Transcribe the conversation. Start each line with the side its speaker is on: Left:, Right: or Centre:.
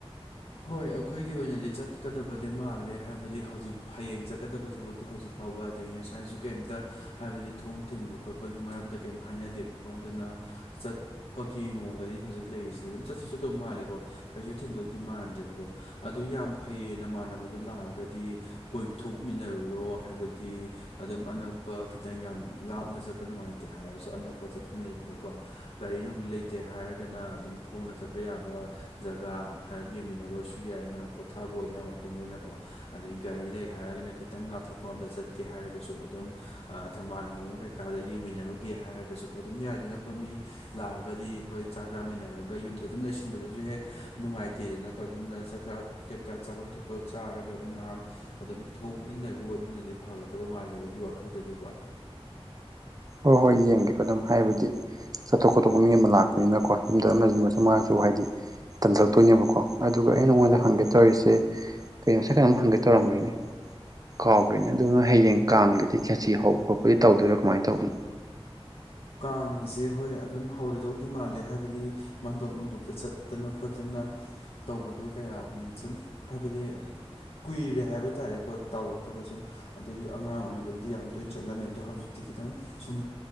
Left: ꯍꯣꯏ ꯑꯩꯈꯣꯏꯒꯤ ꯑꯣꯏꯅꯗꯤ ꯆꯠꯀꯗꯕꯗꯤ ꯃꯥꯜꯂꯦ ꯍꯥꯏꯕꯗꯤ ꯍꯧꯖꯤꯛ ꯍꯌꯦꯡ ꯆꯠꯀꯗꯕ ꯊꯕꯛ ꯑꯣ ꯍꯧꯖꯤꯛ ꯐꯥꯎꯕ ꯑꯗꯒꯤ ꯉꯁꯥꯏꯁꯨ ꯀꯩꯝꯇ ꯍꯥꯏꯕꯗꯤ ꯊꯣꯡ ꯊꯤꯡꯕ ꯈꯣꯠꯄꯒꯤ ꯃꯔꯝꯗ ꯀꯩꯝꯇ ꯍꯥꯏꯅꯗꯦꯕ ꯀꯣ ꯑꯗꯨꯅ ꯆꯠꯄꯒꯤ ꯃꯑꯣꯡꯗꯅꯤ ꯍꯧꯖꯤꯛ ꯂꯩꯔꯤꯁꯤꯗ ꯑꯗꯨꯝ ꯆꯠꯁꯤ ꯆꯠꯇꯧ ꯃꯥꯜꯂꯦꯀꯣ ꯀꯩꯁꯨ ꯊꯦꯡꯗꯧꯇꯤ ꯃꯥꯜꯂꯅꯤ ꯀꯣ ꯑꯗꯨ ꯌꯥꯝ ꯐꯩꯌꯦꯅ ꯃꯥꯟꯅꯕꯗꯨ ꯂꯥꯛꯑꯒꯗꯤ ꯀꯣꯏꯊꯣꯛꯃꯤꯟꯅꯔꯨꯔꯣ ꯍꯥꯏꯕꯗꯤ ꯑꯗꯨꯝ ꯑꯅꯛꯄ ꯈꯤꯇꯪ ꯌꯥꯝ ꯂꯥꯞꯅ ꯆꯠꯄ ꯅꯨꯡꯉꯥꯏꯇꯦ ꯍꯥꯏꯔꯁꯨ ꯑꯅꯛꯄ ꯆꯠꯐꯝ ꯂꯩꯕꯗꯀꯣ ꯒꯥꯔꯤ ꯅꯨꯡꯂꯤ ꯂꯩꯇꯦ ꯍꯥꯏꯔꯒꯅ ꯑꯗꯨꯝ ꯈꯣꯡꯅ ꯆꯠꯄ ꯌꯥꯕ ꯖꯒꯥ ꯍꯥꯏ ꯌꯦꯡꯃꯤꯟꯅꯔꯁꯨ ꯌꯥꯏ ꯉꯥꯏꯍꯥꯛ ꯄꯣꯊꯥꯕ ꯑꯣꯏꯅ ꯋꯥꯛꯀꯤꯡ ꯑꯣꯏꯅꯀꯣ ꯑꯗꯗꯒꯤ ꯒꯥꯔꯤ ꯂꯩ ꯍꯥꯏꯔꯒꯅ ꯈꯤꯇꯪ ꯂꯥꯞꯊꯣꯛꯄ ꯑꯃꯝꯗ ꯆꯠꯀꯦ ꯍꯥꯏꯔꯒꯁꯨ ꯑꯗꯨꯝ ꯊꯝꯕꯥꯜ ꯍꯧꯕ ꯃꯈꯩ ꯀꯀꯥꯗ ꯌꯦꯡꯃꯤꯟꯅꯔꯨꯒꯦ ꯍꯥꯏꯔꯒꯁꯨꯀꯣ ꯑꯗꯨꯝ ꯌꯥꯏꯗꯅꯀꯣ ꯃꯤ ꯂꯥꯛꯑꯒꯗꯤ ꯍꯣꯏ ꯆꯥꯛ ꯆꯥꯃꯤꯟꯅꯔꯒ ꯌꯨꯝꯗ ꯑꯗꯨꯝ ꯂꯩꯁꯤꯟꯕꯗꯁꯨ ꯍꯦꯛ ꯅꯨꯡꯉꯥꯏꯇ ꯊꯤꯗꯅꯀꯣ ꯑꯗꯨꯅ ꯆꯥꯛꯆꯥ ꯀꯩꯀꯥ ꯆꯥꯐꯝ ꯊꯣꯛꯄ ꯆꯥꯔꯒ ꯑꯗꯨꯝ ꯉꯥꯏꯍꯥꯛ ꯑꯗꯨꯝ ꯊꯣꯛꯃꯤꯟꯅꯔꯨ ꯑꯗꯨꯅꯗꯤ ꯐꯒꯗꯕ ꯃꯥꯜꯂꯦ ꯑꯩꯒꯤ ꯋꯥꯈꯜꯗꯗꯤꯀꯣ
Right: ꯍꯣꯏ ꯍꯣꯏ ꯌꯦꯡꯒꯦꯀꯣ ꯑꯗꯨꯝ ꯍꯥꯏꯕꯗꯤ ꯆꯠꯊꯣꯛ ꯈꯣꯠꯇꯄ ꯃꯤ ꯑꯃ ꯂꯥꯛꯄꯅꯤꯅꯀꯣ ꯌꯨꯝꯗ ꯑꯃ ꯂꯩꯁꯤꯟꯕꯁꯨ ꯃꯥꯁꯨ ꯍꯥꯏꯗꯤ ꯇꯟꯖꯔꯛꯇꯣꯏꯅꯦꯕꯀꯣ ꯑꯗꯨꯒ ꯑꯩ ꯅꯉꯣꯟꯗ ꯍꯪꯒꯦ ꯇꯧꯔꯤꯁꯦ ꯀꯩꯅꯣꯁꯥꯏ ꯀꯩꯅꯣꯝ ꯍꯪꯒꯦ ꯇꯧꯔꯝꯕꯒꯤꯅꯦ ꯀꯥꯎꯈ꯭ꯔꯦꯅꯦ ꯑꯗꯨꯗꯣ ꯅꯣꯏ ꯍꯌꯦꯡ ꯀꯥꯡꯒꯗꯤ ꯈꯦꯁꯤ ꯍꯧꯕ ꯈꯣꯠꯄꯗꯤ ꯇꯧꯗꯣꯏꯔꯣ ꯀꯃꯥꯏꯅ ꯇꯧꯕꯅꯣ
Left: ꯀꯥꯡꯒꯤꯁꯦ ꯍꯣꯏ ꯑꯗꯨꯝ ꯍꯧꯔꯗꯧꯗꯤ ꯃꯥꯜꯂꯦ ꯍꯥꯏꯕꯗꯤ ꯃꯥꯟꯗꯣꯞ ꯅꯨꯡꯗꯣꯞꯇ ꯆꯠꯇꯅ ꯈꯣꯠꯇꯅ ꯇꯧꯕꯗꯣ ꯀꯌꯥ ꯁꯨꯝ ꯍꯥꯏꯕꯗꯤ ꯀꯨꯏꯔꯦ ꯍꯥꯏꯕ ꯇꯥꯔꯦꯀꯣ ꯇꯧꯔꯛꯇꯕ ꯁꯨꯝ ꯑꯗꯒꯤ ꯑꯉꯥꯡ ꯑꯣꯏꯔꯤꯉꯩꯗꯕꯨꯗꯤ ꯌꯥꯝ ꯇꯣꯏꯅ ꯆꯠꯂꯝꯃꯦ ꯑꯗꯣ ꯍꯧꯖꯤꯛꯇꯤ ꯈꯤꯇꯪ ꯁꯨꯝ